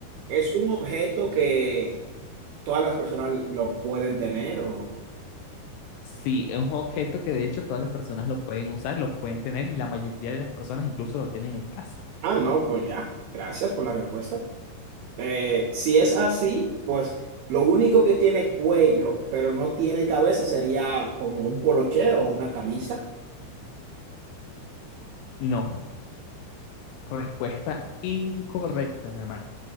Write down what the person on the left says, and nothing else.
Sí, es un objeto que de hecho todas las personas lo pueden usar, lo pueden tener y la mayoría de las personas incluso lo tienen en casa.
No, respuesta incorrecta, mi hermano.